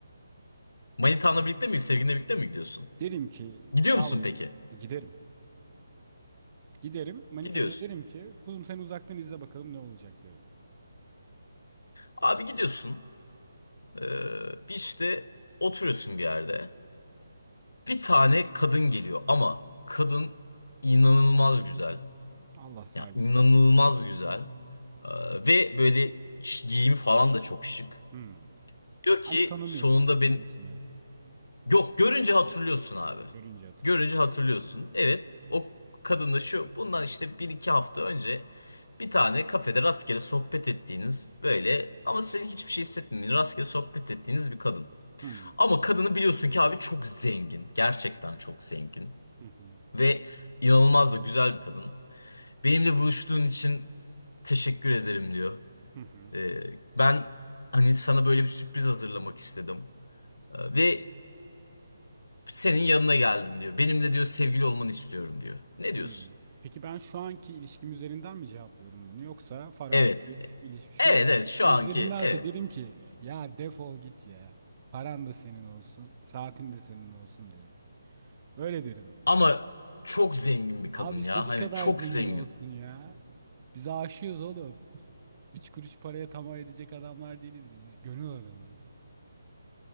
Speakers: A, on the left; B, on the right.
A: Manitanla birlikte mi, sevgilinle
B: <laughs>
A: birlikte mi gidiyorsun?
B: Derim ki
A: Gidiyor
B: yavrum
A: musun peki?
B: giderim. Giderim. Manitaya
A: Gidiyorsun.
B: da derim ki kuzum sen uzaktan izle bakalım ne olacak derim.
A: Abi gidiyorsun. Ee, bir işte oturuyorsun bir yerde. Bir tane kadın geliyor ama kadın inanılmaz güzel.
B: Allah sahibine
A: Yani inanılmaz
B: bağışlasın.
A: güzel. Ee, ve böyle ş- giyimi falan da çok şık.
B: Hmm.
A: Diyor ki
B: Ben tanımıyorum
A: sonunda
B: ama kendisini.
A: ben Yok görünce hatırlıyorsun abi.
B: Görünce hatırlıyorum.
A: Görünce hatırlıyorsun. Evet o kadınla şu bundan işte bir iki hafta önce bir tane kafede rastgele sohbet ettiğiniz böyle ama senin hiçbir şey hissetmediğin rastgele sohbet ettiğiniz bir kadın.
B: Hmm.
A: Ama kadını biliyorsun ki abi çok zengin. Gerçekten çok zengin.
B: Hı hı.
A: Ve inanılmaz da güzel bir kadın. Benimle buluştuğun için teşekkür ederim diyor.
B: Hı hı.
A: Ee, ben hani sana böyle bir sürpriz hazırlamak istedim. Ee, ve Senin yanına geldim diyor. Benimle diyor sevgili olmanı istiyorum diyor. Ne diyorsun?
B: Hmm. Peki ben şu anki ilişkim üzerinden mi cevaplıyorum bunu yoksa farazi
A: Evet.
B: bir ilişki. Şu
A: Evet
B: anki
A: evet
B: ilişkim
A: şu anki
B: üzerindense
A: evet.
B: derim ki ya defol git ya. Paran da senin olsun, saatin de senin olsun derim. Öyle derim.
A: Ama çok zengin bir kadın
B: Abi istediği
A: ya. Hani
B: kadar
A: çok
B: zengin
A: zengin.
B: olsun ya. Biz aşığız oğlum. Üç kuruş paraya tamah edecek adamlar değiliz biz. Biz gönül adamıyız.